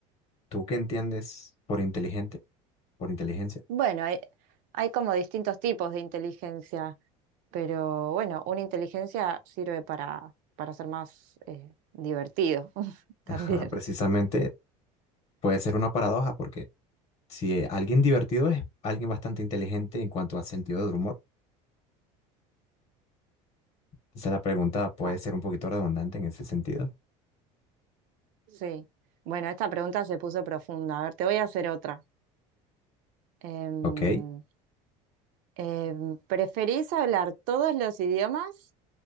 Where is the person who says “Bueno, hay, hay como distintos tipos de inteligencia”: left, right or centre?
Right